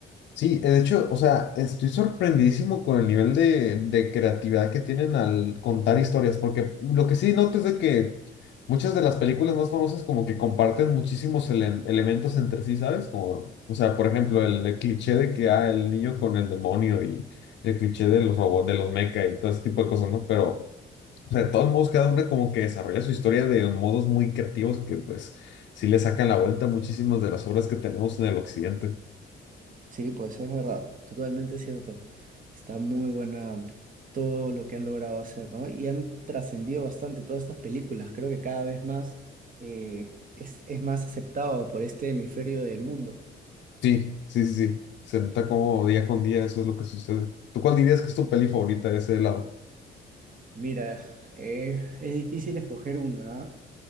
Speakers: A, on the left; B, on the right.
A: sí, eh, de hecho, o sea, estoy sorprendidísimo con el nivel de, de creatividad que tienen al contar historias, porque lo que sí noto es de que muchas de las películas más famosas como que comparten muchísimos ele- elementos entre sí, ¿sabes? Como, o sea, por ejemplo, el, el cliché de que, ah, el niño con el demonio y el cliché de los robots, de los mecha y todo ese tipo de cosas, ¿no? Pero, o sea, de todos modos, cada hombre como que desarrolla su historia de modos muy creativos que, pues, sí le sacan la vuelta a muchísimas de las obras que tenemos en el occidente.
B: Sí, pues es verdad, totalmente cierto. Está muy buena todo lo que han logrado hacer, ¿no? Y han trascendido bastante todas estas películas. Creo que cada vez más eh, es, es más aceptado por este hemisferio del mundo.
A: Sí, sí, sí, sí. Se nota como día con día eso es lo que sucede. ¿Tú cuál dirías que es tu peli favorita de ese lado?
B: Mira, eh, es difícil escoger una, ¿ah?